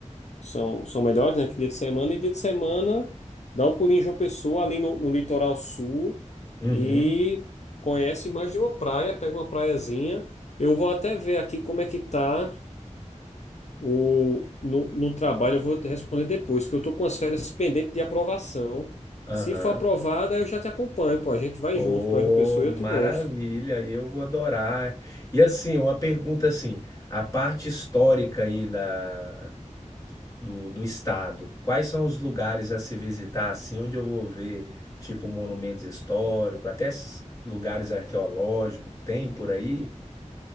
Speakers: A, on the left; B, on the left.
A: são, são melhores, né? Que dia de semana. E dia de semana, dá um pulinho em João Pessoa, ali no, no litoral sul,
B: Uhum.
A: e conhece mais de uma praia, pega uma praiazinha. Eu vou até ver aqui como é que tá o, no, no trabalho, eu vou te responder depois, que eu tô com as férias pendentes de aprovação.
B: Aham.
A: Se for aprovada, eu já te acompanho, pô. A gente vai
B: Oh,
A: junto para João Pessoa
B: maravilha!
A: e eu te mostro.
B: Eu vou adorar. E assim, uma pergunta assim, a parte histórica aí da, do, do estado, quais são os lugares a se visitar assim, onde eu vou ver tipo monumentos históricos, até s- lugares arqueológicos, tem por aí?